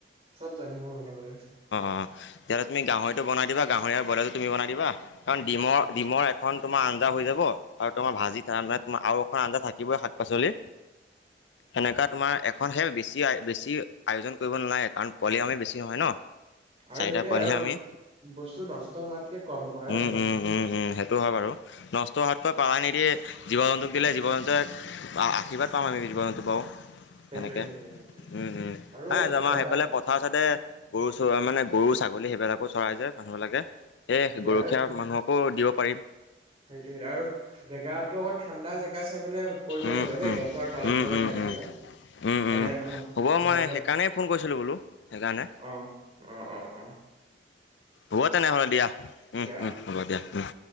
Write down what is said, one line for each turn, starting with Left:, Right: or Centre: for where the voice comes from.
Right: চব জানো মই বনাবলে।
Left: অঁ তেতিয়াহলে তুমি গাহৰিটো বনাই দিবা, গাহৰি আৰু বইলাৰটো তুমি বনাই দিবা। কাৰণ ডিমৰ
Right: অ
Left: ডিমৰ এখন তোমাৰ আঞ্জা হৈ যাব আৰু তোমাৰ ভাজি মানে তমাৰ আৰু এখন আঞ্জা থাকিবই শাক পাচলি
Right: <inaudible>
Left: সেনেকা তোমাৰ এখনহে বেছি বেছি আয়োজন কৰিব নালাগে কাৰণ পোৱালি আমি বেছি নহয় ন।
Right: আৰু
Left: চাৰিটা
Right: সেইটোৱে
Left: পোৱালি
Right: আৰু
Left: হে আমি।
Right: বস্তু নষ্ট হোৱাতকে কম কৰাই
Left: উম-উম-উম-উম
Right: ভাল
Left: সেইটো হয় বাৰু। নষ্ট হোৱাতকৈ পালাই নিদি জীৱ জন্তুক দিলে, জীৱ জন্তুৱে আশীৰ্বাদ পাম আমি। জীৱ জন্তুৰ পাও।
Right: সেইটোৱে
Left: সেনেকে,
Right: সেইটোৱে সেইটোৱে
Left: উম উম
Right: আৰু
Left: নাই আমাৰ
Right: জেগাত
Left: সেইফালে পথাৰ চাইদে গৰু মানে গৰু ছাগলী সেইবিলাকো চৰাই যে মানুহবিলাকে। এই
Right: সেইটোৱে
Left: গৰখীয়া
Right: আৰু
Left: মানুহকো দিব পাৰিম
Right: সেইটোৱে আৰু জেগাটো অকণ ঠাণ্ডা জেগা চাই পিনে কৰিব
Left: উম
Right: লাগিব দেই,
Left: উম
Right: গছৰ তল
Left: উম
Right: চল
Left: উম
Right: চাই
Left: উম
Right: পেলাই।
Left: উম
Right: মানে
Left: উম,
Right: নহয়
Left: হ'ব।
Right: নহ'লে
Left: মই সেইকাৰণেই ফোন কৰিছিলোঁ বোলো সেইকাৰণে
Right: অ অ অ অ
Left: হ'ব তেনেহ'লে দিয়া, উম
Right: দিয়া
Left: হুম্
Right: অ
Left: হ'ব দিয়া। উম।